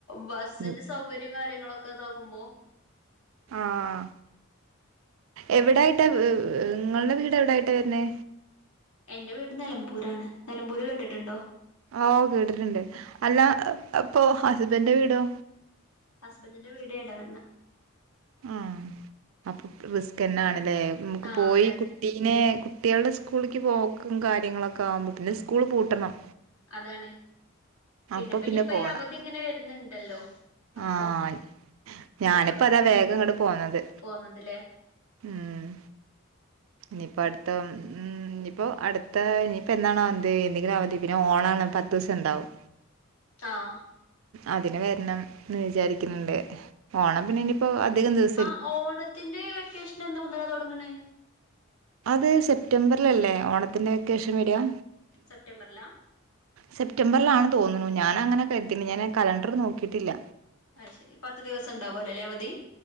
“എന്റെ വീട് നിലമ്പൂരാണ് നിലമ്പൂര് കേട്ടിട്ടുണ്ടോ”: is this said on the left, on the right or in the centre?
Left